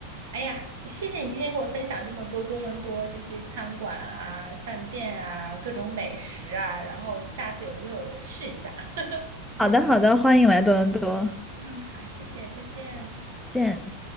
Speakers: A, on the right; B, in the centre.
A: 哎呀，谢谢你今天给我分享这么多多伦多这些餐馆啊、饭店啊、各种美食啊，然后下次有机会我试一下。<laughs>
B: 好的，好的，欢迎来多伦多，
A: 嗯，好，谢谢，再见。
B: 见。